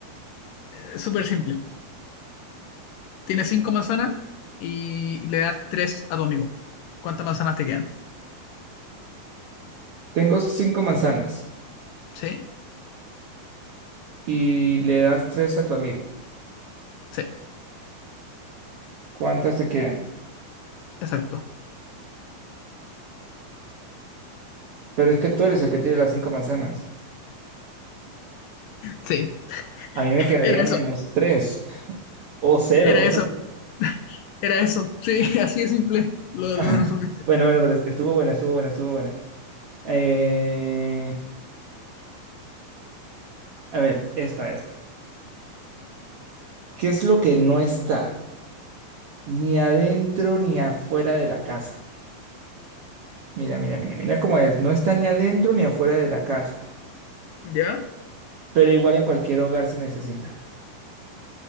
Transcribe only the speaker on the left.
Eh, súper simple. Tienes cinco manzanas y le das tres a tu amigo. ¿Cuántas manzanas te quedan?
¿Sí?
Sí,
exacto.
Sí,
era eso,
era eso, era eso. Sí, <laughs> así de simple. Lo,
lo resolviste.
¿Ya?